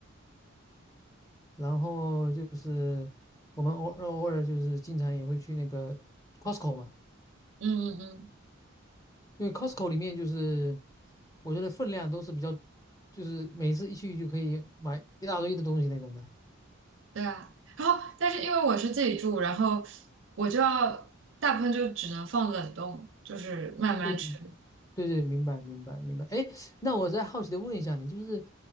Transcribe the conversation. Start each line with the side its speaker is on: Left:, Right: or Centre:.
Left: 然后就是我们偶尔偶尔就是经常也会去那个 Costco 嘛，
Right: 嗯嗯嗯。
Left: 因为 Costco 里面就是我觉得分量都是比较，就是每次一去就可以买一大堆的东西那种的。
Right: 对啊，然后但是因为我是自己住，然后我就要大部分就只能放冷冻，就是慢慢吃。
Left: 对对对，明白明白明白。哎，那我再好奇的问一下你，就是